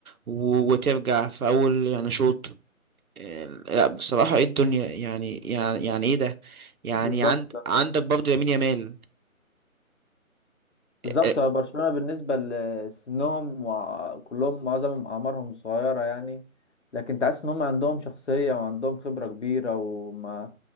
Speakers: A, on the right (about 80°); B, on the left (about 55°).
A: و- وترجع في اول يعني شوط لا بصراحة ايه الدنيا يعني يعني يعني ايه ده يعني
B: بالظبط
A: عند
B: ده
A: عندك برضه لامين يامال
B: بالظبط
A: آه،
B: هو برشلونة بالنسبة لسنهم وكلهم معظمهم أعمارهم صغيرة يعني لكن تحس إن هم عندهم شخصية وعندهم خبرة كبيرة وما